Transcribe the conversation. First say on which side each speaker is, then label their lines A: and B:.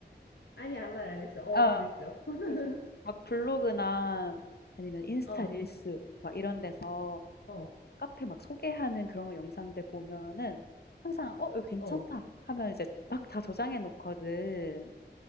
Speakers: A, on the left (about 80°); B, on the left (about 60°).
A: 아니 아무 말 안 했어. 어,
B: 아,
A: 그랬어. <laughs>
B: 그래서 막 블로그나 아니면 인스타
A: 어,
B: 릴스 막 이런 데서
A: 어,
B: 카페 막 소개하는 그런 영상들 보면은 항상 어, 이거 괜찮다
A: 어,
B: 하면 이제 막 다 저장해 놓거든.